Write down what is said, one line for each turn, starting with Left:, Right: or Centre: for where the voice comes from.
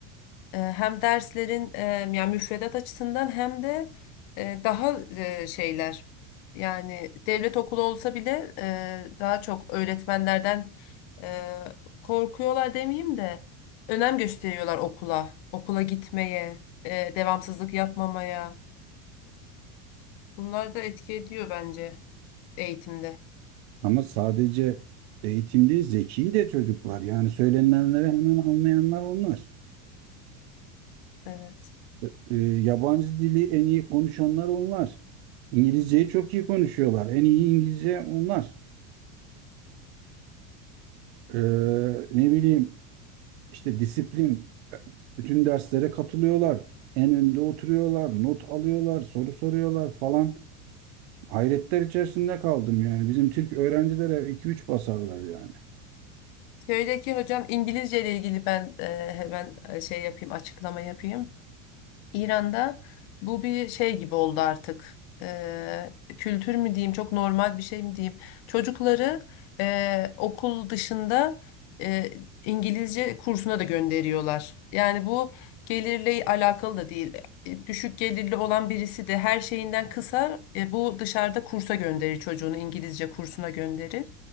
Left: E, hem derslerin e, yani müfredat açısından hem de e, daha e, şeyler yani devlet okulu olsa bile e, daha çok öğretmenlerden e, korkuyorlar demeyeyim de önem gösteriyorlar okula, okula gitmeye, e, devamsızlık yapmamaya. Bunlar da etki ediyor bence eğitimde.
Right: ama sadece eğitim değil zeki de çocuklar yani söylenenleri hemen anlayanlar onlar.
Left: Evet.
Right: E, e, yabancı dili en iyi konuşanlar onlar. İngilizceyi çok iyi konuşuyorlar. En iyi İngilizce onlar. E, ne bileyim işte disiplin, bütün derslere katılıyorlar, en önde oturuyorlar, not alıyorlar, soru soruyorlar falan. Hayretler içerisinde kaldım yani. Bizim Türk öğrencilere iki üç basarlar yani.
Left: Şöyle ki hocam İngilizce ile ilgili ben e, hemen e, şey yapayım açıklama yapayım. İran'da bu bir şey gibi oldu artık. Eee, kültür mü diyeyim, çok normal bir şey mi diyeyim. Çocukları eee, okul dışında eee, İngilizce kursuna da gönderiyorlar. Yani bu gelirle alakalı da değil. E, Düşük gelirli olan birisi de her şeyinden kısar. e, bu dışarıda kursa gönderir çocuğunu, İngilizce kursuna gönderir.